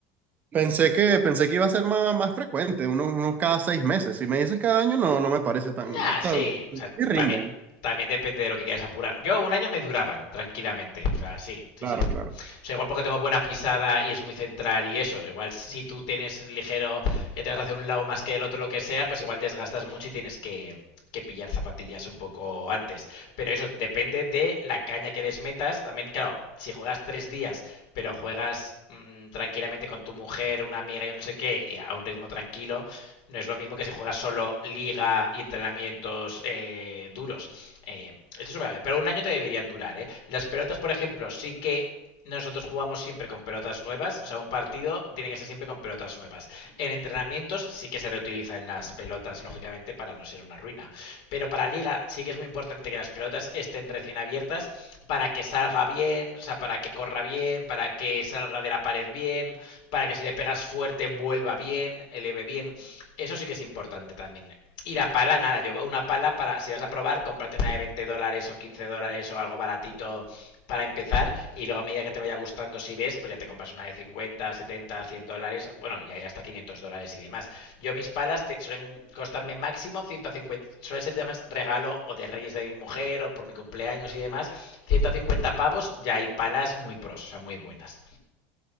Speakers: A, on the right; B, on the left.
A: Pensé que, pensé que iba a ser más, más frecuente, unos, unos cada seis meses. Si me dices cada año, no, no me parece tan,
B: ah,
A: o
B: sí.
A: sea, sí
B: O sea,
A: rinden.
B: también, también depende de lo que quieras apurar. Yo un año me duraban, tranquilamente. O sea, sí, sí,
A: Claro,
B: sí. O
A: claro.
B: sea, igual porque tengo buena pisada y es muy central y eso. Igual si tú tienes ligero, que te vas hacia un lado más que el otro, lo que sea, pues igual desgastas mucho y tienes que, que pillar zapatillas un poco antes. Pero eso depende de la caña que les metas. También, claro, si juegas tres días, pero juegas mmm, tranquilamente con tu mujer, una amiga, yo no sé qué, y a un ritmo tranquilo, no es lo mismo que si juegas solo liga y entrenamientos eh, duros. Eh, esto es una... Pero un año te deberían durar, ¿eh? Las pelotas, por ejemplo, sí que nosotros jugamos siempre con pelotas nuevas, o sea, un partido tiene que ser siempre con pelotas nuevas. En entrenamientos sí que se reutilizan las pelotas, lógicamente, para no ser una ruina. Pero para liga sí que es muy importante que las pelotas estén recién abiertas para que salga bien, o sea, para que corra bien, para que salga de la pared bien, para que si le pegas fuerte vuelva bien, eleve bien. Eso sí que es importante también. Y la pala, nada, yo una pala para, si vas a probar, comprarte una de 20 dólares o 15 dólares o algo baratito para empezar y luego a medida que te vaya gustando si ves pues ya te compras una de cincuenta setenta cien dólares bueno y hay hasta 500 dólares y demás yo mis palas te, suelen costarme máximo ciento cincuenta suele ser además regalo o de reyes de mi mujer o por mi cumpleaños y demás ciento cincuenta pavos ya hay palas muy pros o sea muy buenas